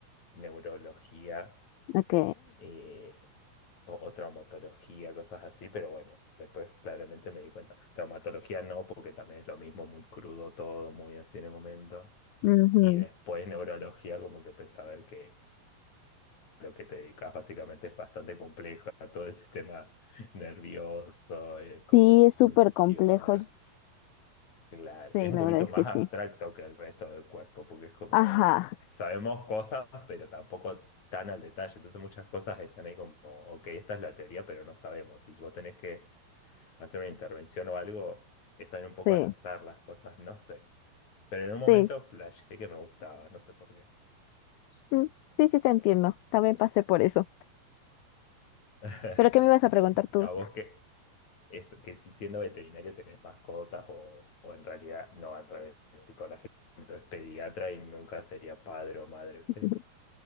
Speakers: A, on the left (about 50°); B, on the left (about 80°).
A: neurología,
B: ok.
A: eh, o, o traumatología, cosas así, pero bueno, después claramente me di cuenta. Traumatología no, porque también es lo mismo, muy crudo todo, muy así en el momento.
B: Ujú.
A: Y después neurología, como que empecé a ver que lo que te dedicas básicamente es bastante complejo, <laughs> a todo el sistema <laughs> nervioso, eh, cómo
B: Sí, es súper
A: funciona.
B: complejo.
A: Claro,
B: Sí,
A: es un
B: la
A: poquito
B: verdad es
A: más
B: que sí.
A: abstracto que el resto del cuerpo, porque es como,
B: Ajá,
A: sabemos cosas, pero tampoco tan al detalle. Entonces muchas cosas están ahí como, ok, esta es la teoría, pero no sabemos. Y si vos tenés que hacer una intervención o algo, están un poco
B: sí,
A: al azar las cosas, no sé. Pero en un momento
B: sí.
A: flashé que me gustaba, no sé por qué.
B: Mm, Sí, sí, te entiendo. También pasé por eso.
A: <laughs>
B: ¿Pero qué me ibas a preguntar tú?
A: A vos que, eso, que si siendo veterinario tenés mascotas o, o en realidad no, al revés, tipo la gente es pediatra y nunca sería padre o madre. ¿viste?
B: <laughs>